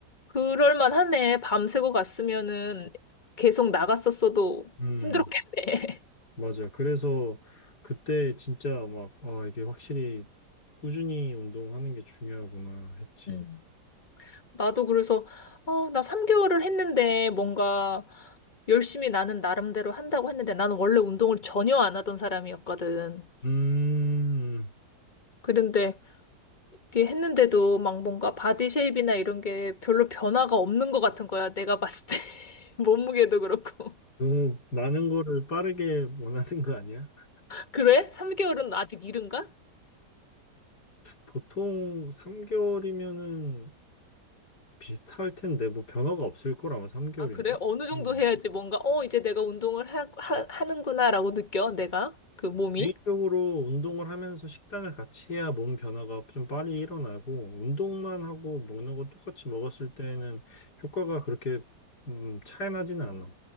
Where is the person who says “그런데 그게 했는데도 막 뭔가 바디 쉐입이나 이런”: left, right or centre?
Left